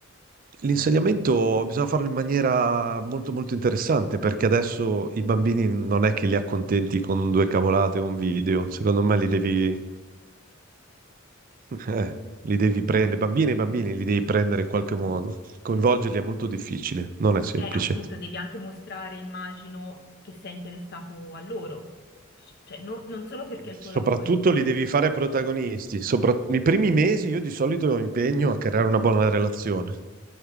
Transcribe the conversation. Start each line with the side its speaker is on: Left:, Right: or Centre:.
Right: L'insegnamento bisogna farlo in maniera molto molto interessante, perché adesso i bambini non è che li accontenti con due cavolate o un video. Secondo me li devi, <laughs> eh, li devi prendere, le bambine e i bambini li devi prendere in qualche modo. Coinvolgerli è molto difficile, non è semplice.
Left: appunto devi anche mostrare, immagino, che sei interessato a loro, C- cioè no- non solo perché è il tuo
Right: Soprattutto
Left: lavoro.
Right: li devi fare protagonisti. Sopra- I primi mesi
Left: Eh,
Right: io di solito impegno a creare una buona relazione.